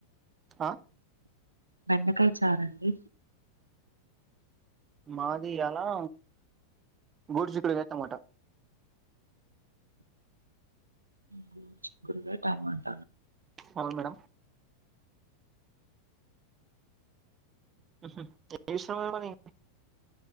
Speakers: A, on the right; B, on the right.
A: ఆ
B: బెండకాయ చారండి
A: మాది ఎలా గోరుచిక్కుడుకాయటమాట
B: గోరుచిక్కుడుకాయ టమాట
A: అవును మేడం హుమ్ ఏం చేస్తున్నారు మరి